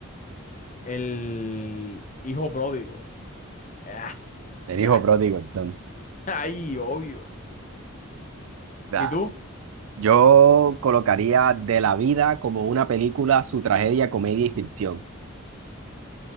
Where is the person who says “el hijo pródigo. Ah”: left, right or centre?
Left